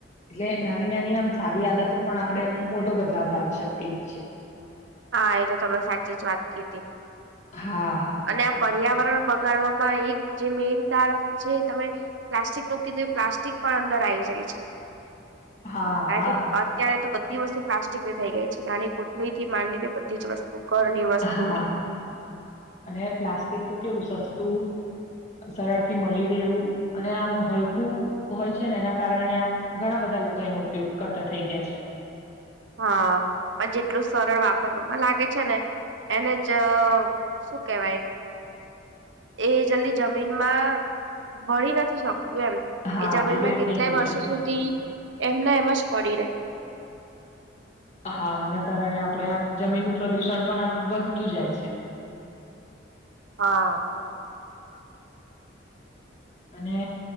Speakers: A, on the left; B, on the right.
A: એટલે નાની નાની આમ સારી આદતો પણ આપણે મોટો બદલાવ લાવી શકતી હોય છે.
B: હા, એ તો તમામે સાચી જ વાત ક હતી.
A: હા
B: અને આ પર્યાવરણ બગાડવામાં એક જે મેન કારણ છે, તમે પ્લાસ્ટિક ન કીધું એ પ્લાસ્ટિક પણ અંદર આવીઈ જાય છે.
A: હા
B: કારણ કે અત્યારે તો બધી વસ્તુ પ્લાસ્ટિકની થઈ ગઈ છે. નાની કોથળી થી માને બધી જ વસ્તુ ઘરની વસ્તુ
A: હા અને પ્લાસ્ટિક તો કેવું સસ્તું
B: <unintelligible>
A: સરળથી મળી રહે એવું અને આમ હલકું હોય છે ને એના કારણે આમ ઘણા બધા લોકો એનો ઉપયોગ કરતા થઈ ગયા છે
B: હા, પણ જેટલું સરળ વાપરવામાં લાગે છે ને એને જ શું કેવાય એ જલ્દી જમીનમાં ભળ નથી શકતો એમ
A: હા
B: એજબમાં
A: ડિગ્રેડ
B: કેટલાય
A: નહી થઈ
B: વર્ષો
A: શકતું
B: સુધી એમના એમાં પડી રે
A: હા એના કારણે આપણેે આમ જમીનનું પ્રદુષણ પણ આમ વધતું જાય છે
B: હા
A: અને